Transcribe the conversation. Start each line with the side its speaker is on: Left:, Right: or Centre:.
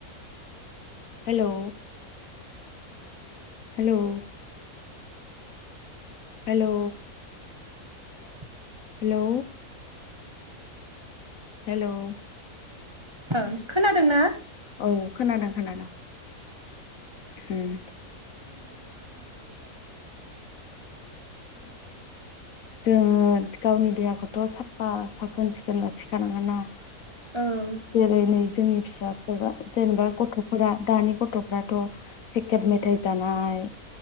Left: hello hello hello
Right: hello
Left: hello hello
Right: ओं खोनादोंना
Left: औ खोनादों खोनादों उम
Right: <inaudible> बेमार जायो आरो
Left: जोङो गावनि देहाखौथ' साफा सा साखोन सिखोन लाखिखानांगोन ना
Right: आरो
Left: जेरै नै जोंनि फिसाफोरा जेनेबा गथ'फोरा दानि गथ'फ्राथ' पेकेट मेथायाइ जानाय